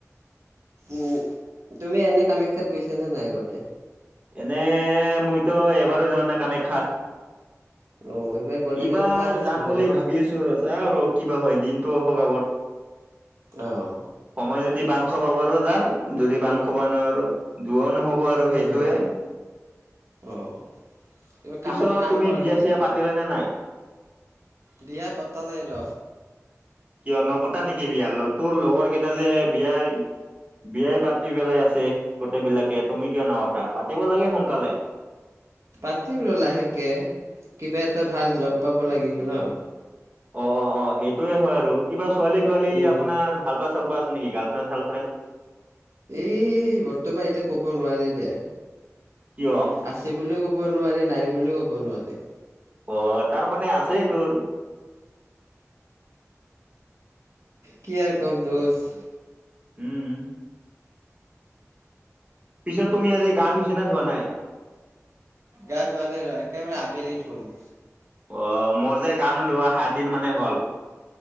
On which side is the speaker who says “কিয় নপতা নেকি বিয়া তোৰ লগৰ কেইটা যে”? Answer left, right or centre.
Right